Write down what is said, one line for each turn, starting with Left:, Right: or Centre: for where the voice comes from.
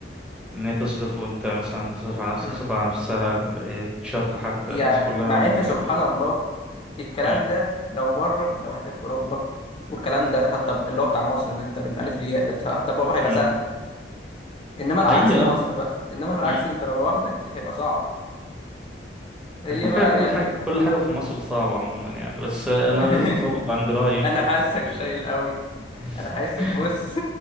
Centre: ان هي تصرف وانت مثلا تصرف على نفسك
Left: مم.
Centre: تصرف على نفسها إيه، تتشاركوا حتى
Left: يعني
Centre: الناس كلها
Left: مع
Centre: ما
Left: ان
Centre: بتحبش
Left: سبحان الله الكلام
Centre: امم
Left: ده لو بره لو انت في اوروبا والكلام ده حتى اللي هو بتاع مصر اللي انت اللي من الف للياء ده حتى هو هيبقى
Centre: امم
Left: سهل انما العكس
Centre: حقيقه
Left: في مصر بقى انما العكس
Centre: امم
Left: انت لو لوحدك هيبقى صعب هي
Centre: مش عارف
Left: بقى
Centre: هي كل
Left: يعني
Centre: حاجه كل حاجه في مصر صعبه عموما يعني بس انا
Left: <laughs>
Centre: ما زلت برضه عند رايي
Left: انا
Centre: في حته
Left: حاسك
Centre: ال...
Left: شايل قوي
Centre: <laughs>
Left: انا حاسك بص